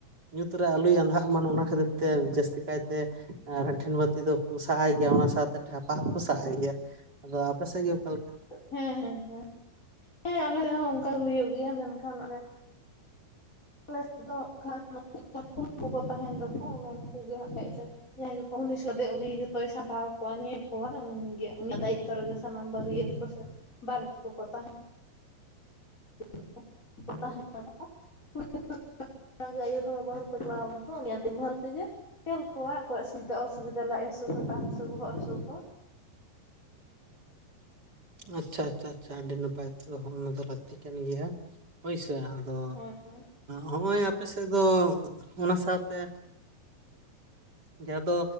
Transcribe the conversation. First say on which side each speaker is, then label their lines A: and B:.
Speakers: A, on the right (about 25°); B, on the left (about 20°).
A: ᱧᱩᱛ ᱨᱮ ᱟᱞᱚᱭ ᱟᱸᱫᱷᱟᱜ ᱢᱟ ᱚᱱᱟ ᱠᱷᱟᱹᱛᱤᱨ ᱛᱮ ᱡᱟᱹᱥᱛᱤ ᱠᱟᱭᱛᱮ ᱟᱨ ᱨᱮᱱ-ᱴᱷᱮᱱ ᱵᱟᱹᱛᱤ ᱫᱚᱠᱚ ᱥᱟᱵ ᱟᱭ ᱜᱮᱭᱟ, ᱚᱱᱟ ᱥᱟᱶᱛᱮ ᱴᱷᱟᱯᱟ ᱦᱚᱸ ᱠᱚ ᱥᱟᱵ ᱟᱭ ᱜᱮᱭᱟ᱾ ᱟᱫᱚ ᱟᱯᱮ ᱥᱮᱫ ᱜᱮ ᱚᱠᱟ ᱞᱮᱠᱟ?
B: ᱦᱮᱸ ᱦᱮᱸ ᱦᱮᱸ, ᱦᱮᱸ ᱟᱞᱮ ᱥᱮᱫ ᱦᱚᱸ ᱚᱱᱠᱟ ᱜᱮ ᱦᱩᱭᱩᱜ ᱜᱮᱭᱟ ᱢᱮᱱᱠᱷᱟᱱ ᱟᱞᱮ ᱟᱞᱮ ᱥᱮᱫ ᱫᱚ ᱦᱟᱸᱜ ᱠᱷᱟᱱ <inaudible> ᱠᱚᱠᱚ ᱛᱟᱦᱮᱱ ᱫᱚ ᱠᱚ ᱚᱱᱮ ᱩᱱᱠᱩ ᱜᱮ ᱦᱟᱸᱜ ᱠᱷᱟᱡ ᱥᱮ ᱡᱟᱦᱟᱸᱭ ᱜᱮᱠᱚ ᱩᱱᱤ ᱥᱟᱫᱮ ᱩᱱᱤ ᱡᱷᱚᱛᱚᱭ ᱥᱟᱸᱴᱟᱮ ᱠᱚᱭᱟ ᱧᱮᱞ ᱠᱚᱣᱟᱭ ᱩᱱᱤ ᱜᱮ ᱩᱱᱤᱭᱟᱜ ᱫᱟᱭᱤᱛᱛᱚ ᱨᱮᱜᱮ ᱥᱟᱱᱟᱢ ᱵᱟᱹᱨᱭᱟᱛ ᱠᱚ ᱥᱮ ᱵᱟᱨᱮᱛ ᱠᱚᱠᱚ ᱛᱟᱸᱦᱮ <inaudible> ᱛᱟᱦᱮᱱᱟ <inaudible> <inaudible> ᱚᱱᱟ ᱜᱮ ᱟᱭᱩ ᱦᱚᱲ ᱵᱟᱵᱟ ᱦᱚᱲ ᱠᱚ ᱪᱟᱞᱟᱣ ᱠᱟᱱ ᱫᱚ ᱩᱱᱤᱭᱟᱜ ᱫᱮᱠᱷᱵᱷᱟᱞ ᱛᱮᱜᱮ ᱧᱮᱞ ᱠᱚᱣᱟᱭ ᱚᱠᱚᱭᱟᱜ ᱥᱩᱵᱤᱫᱟ ᱚᱥᱩᱵᱤᱫᱷᱟ ᱞᱟᱡ ᱦᱟᱹᱥᱩ ᱠᱟᱴᱟ ᱦᱟᱹᱥᱩ ᱵᱚᱦᱚᱜ ᱦᱟᱹᱥᱩ ᱠᱚ᱾
A: ᱟᱪᱪᱷᱟ ᱟᱪᱪᱷᱟ ᱟᱪᱪᱷᱟ ᱟᱹᱰᱤ ᱱᱟᱯᱟᱭ ᱦᱚᱸᱜ ᱚᱱᱟ ᱫᱚ ᱞᱟᱹᱠᱛᱤ ᱠᱟᱱ ᱜᱮᱭᱟ ᱦᱳᱭ ᱥᱮ ᱟᱨ ᱟᱫᱚ
B: ᱦᱳᱭ ᱦᱳᱭ
A: ᱦᱚᱜᱼᱚᱭ ᱟᱯᱮᱥᱮᱫ ᱫᱚ ᱚᱱᱟ ᱥᱟᱶᱛᱮ ᱡᱟᱦᱟᱸ ᱫᱚ